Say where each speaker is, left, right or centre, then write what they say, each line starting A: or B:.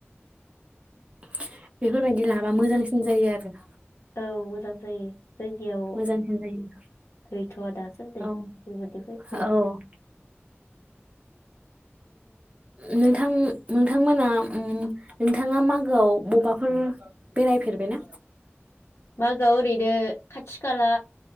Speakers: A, on the right (about 30°); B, on the left (about 80°).
A: बेफोरबायदि लाबा मोजांसिन जायो आरो
B: औ मोजां जायो। जायगायाव
A: मोजांसिन जायो
B: गैथवा दासान्दै
A: औ
B: बेबायदि फोयबोआ।
A: औ नोंथां नोंथांमोना नोंथाङा मागोआव बबेबाफोर बेरायफेरबायना?
B: मागोआव ओरैनो खाथि खाला